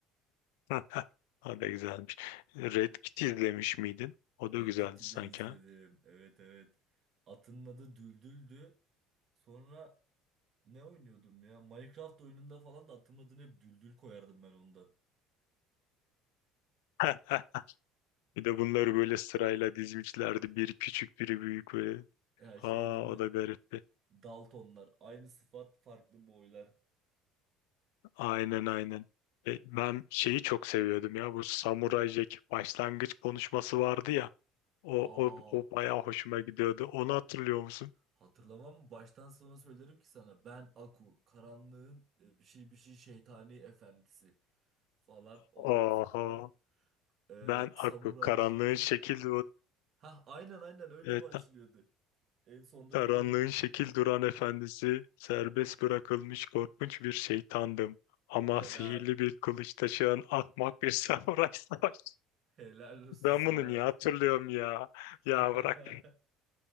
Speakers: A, on the left; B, on the right.
A: <laughs> O da güzelmiş. Red Kit izlemiş miydin? O da
B: Red
A: güzeldi
B: Kit'i
A: sanki
B: de izledim.
A: ha.
B: Evet evet. Atının adı Düldül'dü. Sonra Ne oynuyordum ya? Minecraft oyununda falan da atım adını hep düldül koyardım ben ondan.
A: <laughs> Bir de bunları böyle sırayla dizmişlerdi. Biri küçük, biri büyük böyle.
B: Ya
A: Aa
B: şey değil mi?
A: o da garipti.
B: Daltonlar. Aynı sıfat farklı boylar.
A: Aynen aynen. E, ben şeyi çok seviyordum ya bu Samuray Jack başlangıç konuşması vardı ya. O
B: Aa,
A: o o bayağı hoşuma gidiyordu. Onu hatırlıyor musun?
B: hatırlamam mı? Baştan sona söylerim ki sana. Ben Aku. Karanlığın e, bir şey bir şey şeytani efendisi. Falan. Ondan
A: Oha.
B: sonra e,
A: Ben
B: Samurai
A: Aku karanlığın
B: Jack'i.
A: şekil
B: Hah aynen aynen öyle
A: evet,
B: başlıyordu. En sonda
A: karanlığın
B: diyordu.
A: şekil duran efendisi serbest bırakılmış korkunç bir şeytandım. Ama
B: Helal.
A: sihirli bir kılıç taşıyan ahmak bir <laughs> samuray savaş.
B: Helal olsun
A: Ben
B: sana.
A: bunu niye hatırlıyorum ya? Ya
B: <laughs>
A: bırak.